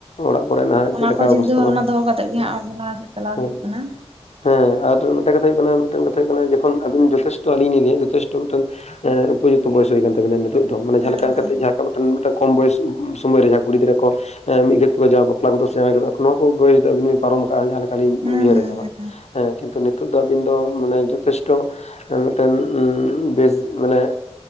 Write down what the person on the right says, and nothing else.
ᱚᱱᱟ
ᱠᱚ ᱪᱤᱱᱛᱟᱹ
ᱵᱷᱟᱵᱱᱟ
ᱫᱚᱦᱚ ᱠᱟᱛᱮ ᱜᱮ
ᱦᱟᱸᱜ ᱚᱱᱟ ᱪᱟᱞᱟᱣ
ᱦᱩᱭᱩᱜ ᱠᱟᱱᱟ
ᱦᱮᱸ
ᱦᱮᱸ
ᱦᱮᱸ
ᱦᱮᱸ
ᱦᱮᱸ